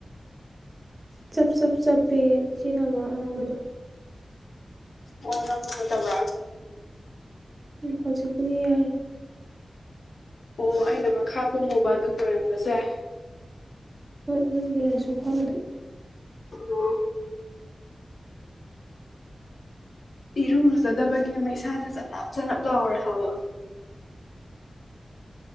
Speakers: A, on the right; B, on the left.
A: ꯆꯞ ꯆꯞ ꯆꯞꯄꯦ ꯏꯆꯦꯅ ꯋꯥꯉꯥꯡꯕꯗꯣ
B: ꯑꯣ ꯌꯥꯝ ꯅꯨꯡꯉꯥꯏꯇꯕ꯭ꯔꯣ
A: ꯎꯝ ꯍꯧꯖꯤꯛꯄꯨꯗꯤ ꯌꯥꯔꯦ
B: ꯑꯣ ꯑꯩꯅ ꯃꯈꯥ ꯀꯣꯃꯨꯕ ꯑꯗꯨꯒꯤ ꯑꯣꯏꯔꯝꯕꯁꯨ ꯌꯥꯏ
A: ꯍꯣꯏ ꯑꯗꯨꯒꯤꯔꯁꯨ ꯈꯪꯗꯦ
B: ꯑꯣ ꯏꯔꯨ ꯂꯨꯖꯗꯕꯒꯤ ꯑꯃ ꯏꯁꯥꯅ ꯆꯅꯞ ꯆꯅꯞ ꯂꯥꯎꯔꯦ ꯍꯥꯕ